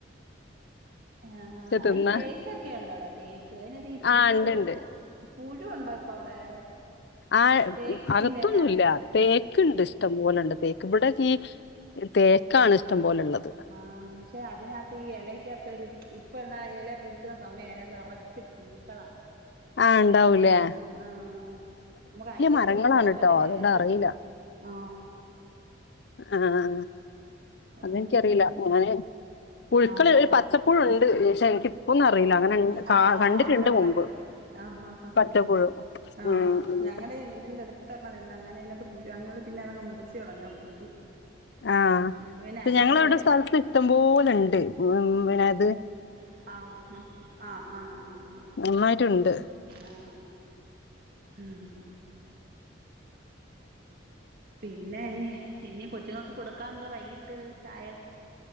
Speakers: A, on the right; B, on the left.
A: ആഹ
B: പക്ഷെ തിന്നാ
A: ഈ തേക്കൊക്കെയ ഉണ്ടോ അവിടെ തേക്ക് അതിനകത്ത് ഈ പുഴുവോ
B: ആഹ് ഇണ്ട് ഇണ്ട്
A: പുഴുണ്ടോ ഇപ്പൊ അവിടെ?
B: ആ
A: തേക്കിന്റെ
B: അകത്തൊന്നുല്ല
A: ഇല
B: തേക്ക് ഇണ്ട് ഇഷ്ടംപോലെുണ്ട് തേക്ക് ഇവിടെ തേക്കാണ് ഇഷ്ടംപോലുള്ളത്.
A: ആ പക്ഷേ അതിനകത്ത് ഈ എലയ്ക്കകത്ത് ഒരു ഇപ്പം ന്നാ എല പുഴുക്കുന്ന സമയം അതിനത് നിറച്ച് പുഴുക്കളാ.
B: ആഹ ഉണ്ടാവൂലേ
A: ആ നമുക്ക് അയ്ക്കത്തോട്ട്
B: മരങ്ങളാണ്
A: പോവാൻ പറ്റാ
B: ട്ടോ
A: ദേഹത്ത്
B: അതുകൊണ്ട് അറിയില്ല
A: വീഴും. ആ
B: ആഹ അതെനിക്കറിയില്ല
A: അങ്ങനെ
B: ഞാന് പുഴുക്കൾ
A: ആ ആ
B: ഒരു പത്ത് പച്ചപ്പുഴുണ്ട് ക്ഷേ ഇന്ക്കി ഇപ്പോന്നും അറിയില്ല അങ്ങനെ കാ
A: ആഹ
B: കണ്ടിട്ടുണ്ട്
A: ഉണ്ടൊരു
B: മുമ്പ്
A: പച്ചപ്പി ആഹ ആ
B: പച്ചപ്പുഴു
A: ആ
B: ഉം ഉം
A: ഞങ്ങടെ ഈ വീടിന്റെ അടുത്ത് ഉത്തരണ നിന്ന് അങ്ങനെ അതിനകത്ത് പുഴു, അങ്ങൾ പിന്നെ അതങ്ങ് മുറിച്ച് കളഞ്ഞാൽ പുഴു.
B: ആഹ
A: ഇപ്പൊ പിന്നെ
B: ഇപ്പ
A: അയ്യത്തുണ്ട്
B: ഞങ്ങളവിടെ സ്ഥലത്ത് ഇഷ്ടം പോലെുണ്ട്. പിന്നത്
A: ആഹ ആ ആ ആഹ് ആഹ ആ ആ
B: മൂന്നായിട്ടുണ്ട്
A: ആ ഉം പിന്നെ ഇനി ഇനി കൊച്ചുങ്ങൾക്ക് കൊടുക്കാ എന്തോ വൈകിട്ട് ചായ